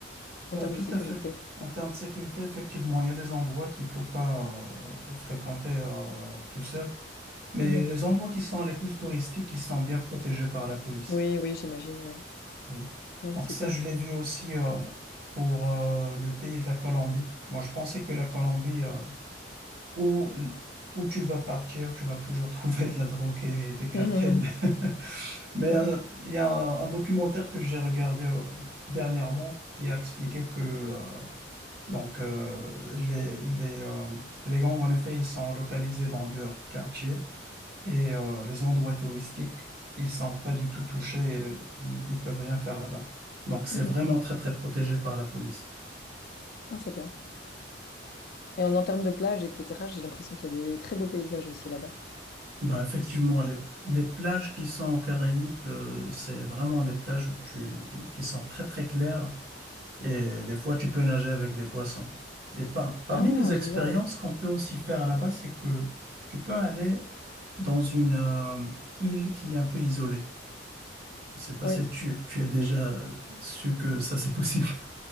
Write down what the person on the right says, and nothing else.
Ben,
tout
à fait. En termes de sécurité, effectivement, il y a des endroits qu'il ne faut pas euh, fréquenter euh, tout seul. Mais
les endroits qui sont les plus touristiques, ils sont bien protégés par la police.
Oui.
Donc
ça, je l'ai vu aussi euh, pour euh, le pays de la Colombie. Moi, je pensais que la Colombie, euh, où, où tu vas partir, tu vas toujours <laughs> trouver de la drogue et des cartels.
<laughs> Mais
euh, il y a un, un documentaire que j'ai regardé euh, dernièrement qui a expliqué que euh, donc, euh, les, les, euh, les gangs, en effet, ils sont localisés dans leur quartier. Et euh, les endroits touristiques, ils sont pas du tout touchés, euh, ils, ils peuvent rien faire là-bas. Donc c'est
vraiment très très protégé par la police.
Ben effectivement, les, les plages qui sont aux Caraïbes, euh, c'est vraiment des plages où tu- qui sont très très claires et des fois tu peux nager avec des poissons. Et par- parmi
les expériences
qu'on peut aussi faire là-bas, c'est que tu peux aller dans une euh, île qui est un peu isolée. Je sais pas
si tu, tu as déjà euh, su que ça c'est possible.